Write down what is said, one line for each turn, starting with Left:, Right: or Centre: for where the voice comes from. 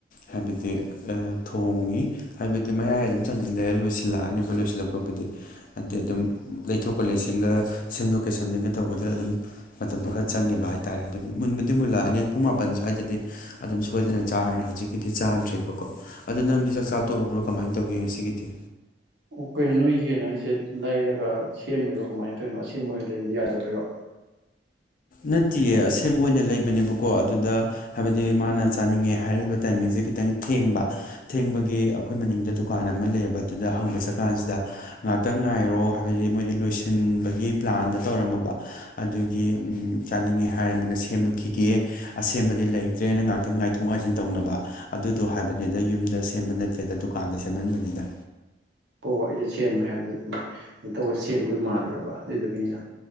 Left: ꯍꯥꯏꯕꯗꯤ ꯊꯣꯡꯉꯤ ꯍꯥꯏꯕꯗꯤ ꯃꯌꯥꯏ ꯑꯗꯨꯝ ꯆꯪꯁꯤꯜꯂꯛꯑꯦ ꯂꯣꯏꯁꯤꯜꯂꯛꯑꯅꯤꯕ ꯂꯣꯏꯁꯤꯜꯂꯛꯄꯕꯨꯗꯤ ꯍꯥꯏꯗꯤ ꯑꯗꯨꯝ ꯂꯩꯊꯣꯛꯄ ꯂꯩꯁꯤꯡꯒ ꯁꯦꯝꯗꯣꯛꯀ ꯁꯦꯝꯖꯤꯟꯒꯦ ꯇꯧꯕꯗ ꯑꯗꯨꯝ ꯃꯇꯝꯗꯣ ꯈꯔ ꯆꯪꯒꯦꯈꯤꯕ ꯍꯥꯏꯇꯥꯔꯦ ꯑꯗꯨꯒꯤ ꯃꯨꯟꯕꯨꯗꯤ ꯃꯨꯜꯂꯛꯑꯅꯤ ꯄꯨꯡ ꯃꯥꯄꯟ ꯁ꯭ꯋꯥꯏꯗꯗꯤ ꯑꯗꯨꯝ ꯁꯣꯏꯗꯅ ꯆꯥꯔꯅꯤ ꯍꯧꯖꯤꯛꯀꯤꯗꯤ ꯆꯥꯗ꯭ꯔꯤꯕꯀꯣ ꯑꯗꯣ ꯅꯪꯗꯤ ꯆꯥꯛꯆꯥ ꯇꯣꯛꯑꯕ꯭ꯔꯣ ꯀꯃꯥꯏꯅ ꯇꯧꯒꯦ ꯉꯁꯤꯒꯤꯗꯤ
Right: ꯑꯣ ꯀꯩꯅꯣ ꯅꯣꯏ ꯌꯦꯟꯉ ꯍꯥꯏꯁꯦ ꯂꯩꯔꯒ ꯁꯦꯝꯃꯤꯔꯣ ꯀꯃꯥꯏꯅ ꯇꯧꯔꯤꯅꯣ ꯑꯁꯦꯡꯕ ꯑꯣꯏꯅ ꯂꯩꯕꯗꯤ ꯌꯥꯗꯕꯔꯣ
Left: ꯅꯠꯇꯦꯌꯦ ꯑꯁꯦꯡꯕ ꯑꯣꯏꯅ ꯂꯩꯕꯅꯦꯕꯀꯣ ꯑꯗꯨꯗ ꯍꯥꯏꯕꯗꯤ ꯃꯥꯅ ꯆꯥꯅꯤꯡꯉꯦ ꯍꯥꯏꯔꯛꯏꯕ ꯇꯥꯏꯃꯤꯡꯁꯦ ꯈꯤꯇꯪ ꯊꯦꯡꯕ ꯊꯦꯡꯕꯒꯤ ꯑꯩꯈꯣꯏ ꯃꯅꯤꯡꯗ ꯗꯨꯀꯥꯟ ꯑꯃ ꯂꯩꯌꯦꯕ ꯑꯗꯨꯗ ꯍꯪꯕ ꯆꯠꯀꯥꯟꯁꯤꯗ ꯉꯥꯛꯇ ꯉꯥꯏꯔꯣ ꯍꯥꯏꯕꯕꯁꯤ ꯃꯣꯏꯗꯤ ꯂꯣꯏꯁꯤꯟꯕꯒꯤ ꯄ꯭ꯂꯥꯟꯗ ꯇꯧꯔꯝꯃꯕ ꯑꯗꯨꯒꯤ ꯆꯥꯅꯤꯡꯉꯦ ꯍꯥꯏꯔꯕꯗ ꯁꯦꯝꯃꯈꯤꯒꯦ ꯑꯁꯦꯡꯕꯗꯤ ꯂꯩꯇ꯭ꯔꯦꯅ ꯉꯥꯛꯇꯪ ꯉꯥꯏꯊꯣꯛ ꯉꯥꯏꯁꯤꯟ ꯇꯧꯅꯕ ꯑꯗꯨꯗꯣ ꯍꯥꯏꯕꯅꯤꯗ ꯌꯨꯝꯗ ꯁꯦꯝꯕ ꯅꯠꯇꯦꯗ ꯗꯨꯀꯥꯟꯗ ꯁꯦꯝꯍꯟꯕꯅꯤꯗ
Right: ꯑꯣ ꯑꯩꯁꯦ ꯁꯦꯝꯃꯦ ꯍꯥꯏꯕꯗꯣ ꯑꯗꯨ ꯀꯩꯅꯣ ꯇꯧꯔ ꯁꯦꯝꯒꯣꯏ ꯃꯥꯜꯂꯨꯔꯕ ꯑꯗꯨꯏꯗꯨꯒꯤꯅꯤꯅ